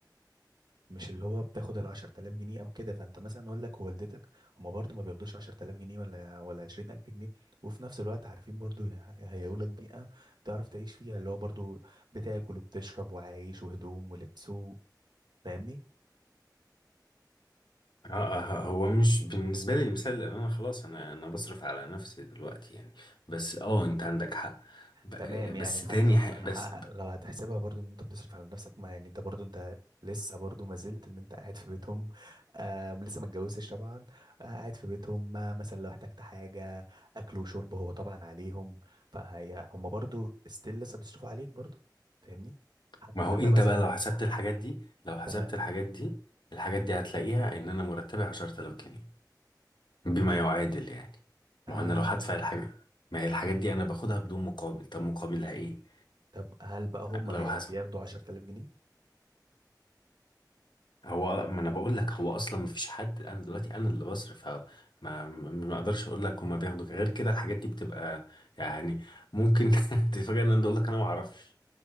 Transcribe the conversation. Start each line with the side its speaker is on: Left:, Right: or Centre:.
Right: مش اللي هو بتاخد ال 10000 جنيه او كده فانت مثلا والدك ووالدتك هما برضو ما بياخدوش 10000 جنيه ولا ولا 20000 جنيه وفي نفس الوقت عارفين برضو هي- هيهيئوا لك بيئة تعرف تعيش فيها اللي هو برضو بتاكل وبتشرب وعايش وهدوم ولبس و- فاهمني
Left: آه، آه، هو مش بالنسبة لي المثال لأن أنا خلاص أنا أنا بصرف على نفسي دلوقتي يعني بس أه أنت عندك حق ب-
Right: تمام يعني
Left: بس
Right: حتى
Left: تاني
Right: ما
Left: ح-
Right: ح-
Left: بس
Right: <laughs> لو هتحسبها برضو ان انت بتصرف على نفسك ما يعني انت برضو انت لسه برضو ما زلت ان انت قاعد في بيتهم آه لسه ما اتجوزتش طبعا آه قاعد في بيتهم ما مثلا لو احتجت حاجة اكل وشرب هو طبعا عليهم فهي هم برضو ستيل لسه بيصرفوا عليك برضو فاهمني حتى
Left: ما هو
Right: يا عم
Left: أنت
Right: مثلا
Left: بقى لو حسبت الحاجات دي لو حسبت
Right: تمام
Left: الحاجات دي الحاجات دي هتلاقيها إن أنا مرتبي 10000 جنيه بما يعادل يعني ما
Right: آه
Left: هو أنا لو هدفع الحاجة ما هي الحاجات دي أنا باخدها بدون مقابل طب مقابلها إيه؟
Right: طب هل بقى هم
Left: لو
Right: بي-
Left: حسب
Right: بياخدوا 10000 جنيه
Left: هو ما انا بقول لك هو اصلا ما فيش حد انا دلوقتي انا اللي بصرف فما ما ما اقدرش اقول لك هما بياخدوا غير كده الحاجات دي بتبقى يعني ممكن <laughs> تتفاجئ ان انا اقول لك انا ما اعرفش